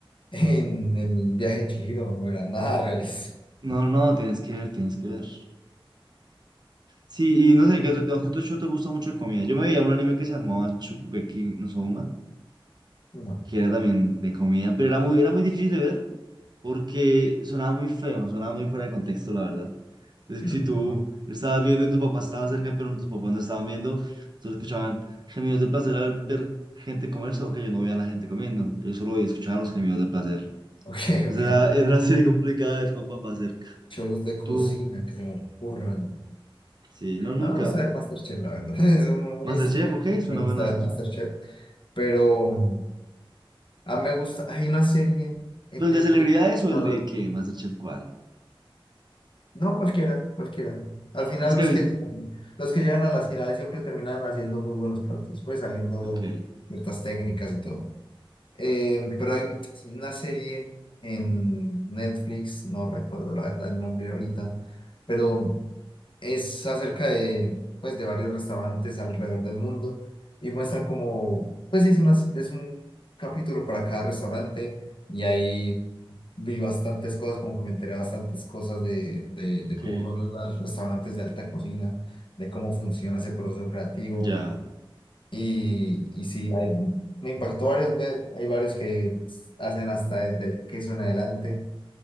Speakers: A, on the left; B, on the right.
A: <laughs> en el viaje de Chihiro no era nada realista.
B: No, no, tienes que ver, tienes que ver. Sí, y no sé, que tú, digamos que tú Cho, te gusta mucho de comida. Yo me veía un anime que se llamaba Shokugeki no Soma,
A: No.
B: que era también de comida, pero era muy, era muy difícil de ver porque sonaba muy feo, sonaba muy fuera de contexto, la verdad. Entonces,
A: <clears throat>
B: si tú lo estabas viendo y tus papás estaban cerca, pero tus papás no estaban viendo, solo escuchaban gemidos de placer al ver gente comer, solo que yo no veía a la gente comiendo. Ellos solo escuchaban los gemidos de placer.
A: Ok,
B: Entonces,
A: ok.
B: era, era una serie <laughs> complicada de ver con papá cerca.
A: Shows de cocina
B: Tú,
A: que se me ocurran.
B: sí, no, nunca.
A: A mí me gusta ver MasterChef, la verdad. <laughs> Es uno muy-
B: MasterChef,
A: me,
B: ok, es
A: me
B: una buena.
A: gusta ver MasterChef. Pero a mí me gusta. Hay una serie en
B: ¿Pero el
A: Netflix.
B: de celebridades o
A: No,
B: el de
A: re-
B: qué? ¿Masterchef cuál?
A: no cualquiera, cualquiera. Al final
B: Tienes que
A: los
B: haber
A: que,
B: visto.
A: los que llegan a las finales siempre terminan haciendo muy buenos platos, pues sabiendo
B: Ok,
A: ciertas técnicas y todo. Eh, pero hay una serie en Netflix, no recuerdo la verdad el nombre ahorita, pero es acerca de, pues, de varios restaurantes alrededor del mundo y muestran como, pues sí, es una- es un capítulo para cada restaurante y ahí vi bastantes cosas, como que me enteré bastantes cosas de, de,
B: ok,
A: de cómo son los restaurantes de alta cocina, de cómo funciona ese proceso creativo
B: ya,
A: y, y sí, hay me impactó varios ver, hay varios que hacen hasta desde el queso en adelante